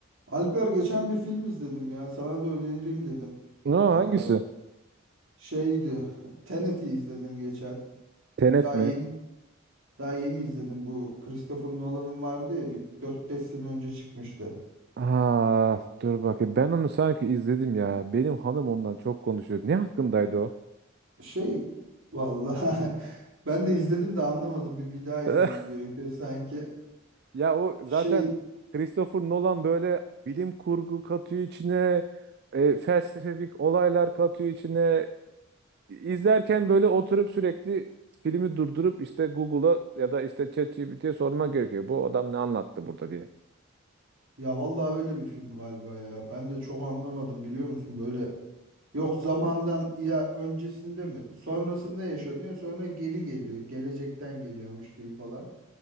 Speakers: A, on the right; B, on the right.
A: Alper geçen bir film izledim ya. Sana da önereyim dedim.
B: Ne hangisi?
A: Vallahi şeydi. Tenet'i izledim geçen.
B: Tenet
A: Daha
B: mi?
A: yeni daha yeni izledim. Bu Christopher Nolan'ın vardı ya bir dört beş sene önce çıkmıştı.
B: Aa, dur bakayım. Ben onu sanki izledim ya. Benim hanım ondan çok konuşuyor. Ne hakkındaydı o?
A: Şey vallahi <laughs> ben de izledim de anlamadım. Bir, bir daha izlemem
B: <laughs>
A: gerekiyor sanki.
B: Ya o zaten
A: Şey
B: Christopher Nolan böyle bilim kurgu katıyor içine, e, felsefik olaylar katıyor içine. İzlerken böyle oturup sürekli filmi durdurup işte Google'a ya da işte ChatGPT'ye sorma gerekiyor. Bu adam ne anlattı burada diye.
A: Ya vallahi öyle bir film galiba ya. Ben de çok anlamadım biliyor musun böyle. Yok zamandan ila öncesinde mi? Sonrasında yaşanıyor. Sonra geri geliyor. Gelecekten geliyormuş gibi falan.